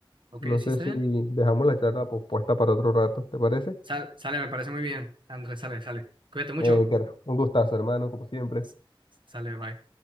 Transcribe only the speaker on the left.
No
sé
si
dejamos la charla pospuesta para otro rato, ¿te parece?
Eh, Edgar, un gustazo, hermano, como siempre.